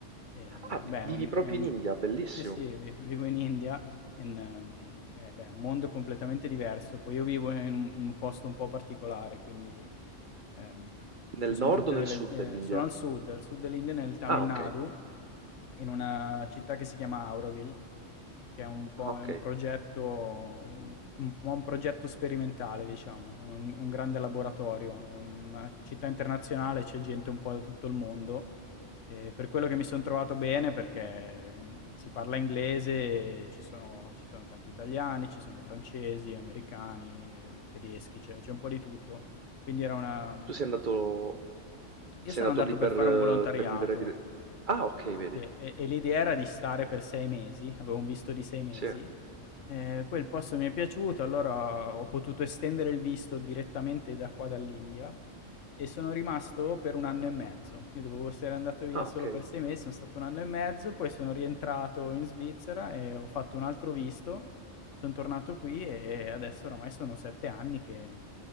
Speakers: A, on the left; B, on the right.
A: ehm,
B: Ah, vi-
A: beh, è
B: vivi
A: un
B: proprio
A: è un
B: in India, bellissimo.
A: sì, sì, vi vivo in India, in mhmm, eh beh, è un mondo completamente diverso. Poi io vivo in un in un posto un po' particolare, quindi Ehm, ci
B: Nel
A: son
B: nord
A: tutte
B: o
A: delle
B: nel sud
A: ehm,
B: dell'India?
A: sono al sud, al sud dell'India, nel Tamil
B: Ah,
A: Nadu,
B: ok.
A: in una città che si chiama Auroville, che è un po'
B: Ah, ok.
A: è un progetto un un po' un progetto sperimentale diciamo, un un grande laboratorio. È una città internazionale, c'è gente un po' da tutto il mondo, e per quello che mi son trovato bene perché, mhmm, si parla inglese e ci sono ci sono tanti italiani, ci sono francesi, americani, tedeschi, c'è c'è un po' di tutto. Quindi era una mhmm,
B: Tu sei andato, sei
A: io sono
B: andato
A: andato
B: lì
A: per
B: per,
A: fare
B: eh,
A: un volontariato,
B: per vivere dire- Ah, ok, vedi.
A: sì, e e l'idea era di stare per 6 mesi, avevo un visto di 6 mesi,
B: Sì.
A: ehm, poi il posto mi è piaciuto, allora ho potuto estendere il visto direttamente da qua dall'India e sono rimasto per 1 anno e mezzo. Io dovevo essere andato via
B: Ah,
A: solo
B: ok.
A: per 6 mesi, sono stato 1 anno e mezzo, poi sono rientrato in Svizzera e ho fatto un altro visto, son tornato qui e adesso oramai sono 7 anni che